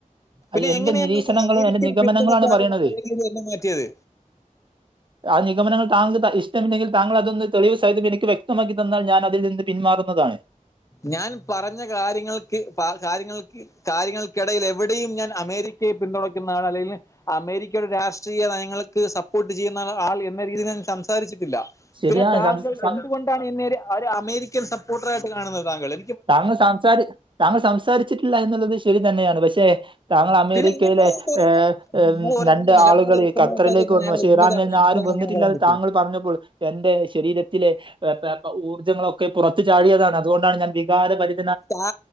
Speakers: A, on the left; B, on the right.
A: പിന്നെ
B: എന്റെനിരീക്ഷണങ്ങളും
A: എങ്ങനെയാണ് ഒരു അമേരിക്കൻ
B: എന്റെ നിഗമനങ്ങളണ്
A: പിന്തുണക്കാരൻ
B: പറയണത്
A: എന്ന രീതിയിൽ എന്നെ മാറ്റിയത്
B: ആ നിഗമനങ്ങൾ താങ്കൾ ത ഇഷ്ടമില്ലെങ്കിൽ താങ്കളതൊന്ന് തെളിവ് സാഹിതം എനിക്ക് വ്യക്തമാക്കി തന്നാ ഞാൻ അതിൽ നിന്ന് പിന്മാറും അതാണ്
A: ഞാൻ പറഞ്ഞ കാര്യങ്ങൾക്ക് പ കാര്യങ്ങൾക്ക് കാര്യങ്ങൾക്കിടയിൽ എവിടെയും ഞാൻ അമേരിക്കയെ പിന്തുടക്കുന്നതാണ് അല്ലെങ്കിൽ അമേരിക്കയുടെ രാഷ്ട്രീയ നയങ്ങൾക്ക് സപ്പോർട്ട് ചെയ്യുന്നാ ആള് എന്ന രീതിയിൽ ഞാൻ സംസാരിച്ചിട്ടില്ല
B: ശരിയാണ്
A: പിന്നെ താങ്കൾ
B: സം-
A: എന്തുകൊണ്ടാണ് പിന്നെ ഒരു അമേരിക്കൻ സപ്പോർട്ടർ ആയിട്ട് കാണുന്നത് താങ്കള്
B: താങ്ങൾസംസാരി താങ്കൾ സംസാരിച്ചിട്ടില്ല എന്നുള്ളത് ശരി തന്നെയാണ് പക്ഷെ താങ്കള് അമേരിക്കയിലെ
A: പിന്നെ എങ്ങനെയാണ് ഒരാൾ
B: ഏഹ് ഏഹ്
A: ഒരാളുടെ
B: രണ്ട്
A: നിലപാട്
B: ആളുകള്
A: വ്യക്തമാക്കാതെ
B: ഖത്തറിലേക്ക്
A: പിന്നെ
B: വന്നു
A: അയാൾ
B: പക്ഷേ
A: ഇന്നതാണ്
B: ഇറാന്
A: ഇന്നതാണ്
B: ആരും വന്നിട്ടില്ലാന്ന്
A: അങ്ങനെ പറയാൻ പറ്റും
B: താങ്ങൾ പറഞ്ഞപ്പോള് എന്റെ ശരീരത്തിലെ ഏഹ് പെ പ്പ ഊർജ്ജങ്ങളൊക്കെ പുറത്തു ചാടിയതാണ് അതുകൊണ്ടാണ് ഞാൻ വികാരപരി
A: താ